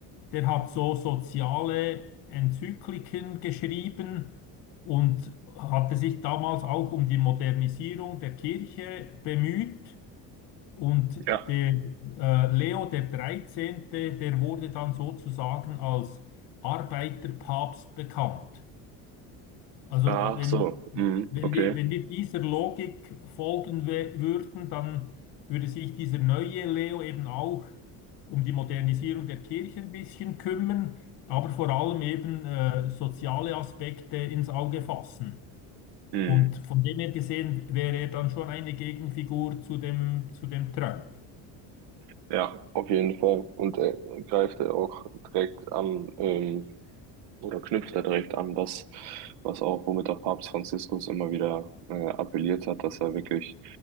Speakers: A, on the left; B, on the right.
A: der hat so soziale Enzykliken geschrieben und hatte sich damals auch um die Modernisierung der Kirche bemüht. Und
B: Ja.
A: der äh, Leo der dreizehnte, der wurde dann sozusagen als Arbeiterpapst bekannt. Also
B: Ach
A: wenn,
B: so. Mhm.
A: wenn
B: Okay.
A: wir, wenn wir dieser Logik folgen wä- würden, dann würde sich dieser neue Leo eben auch um die Modernisierung der Kirche ein bisschen kümmern, aber vor allem eben äh, soziale Aspekte ins Auge fassen.
B: Mhm.
A: Und von dem her gesehen wäre er dann schon eine Gegenfigur zu dem, zu dem Trump.
B: Ja, auf jeden Fall. Und er greift er auch direkt an. Ähm, oder knüpft da direkt an, was, was auch, womit auch Papst Franziskus immer wieder äh, appelliert hat, dass er wirklich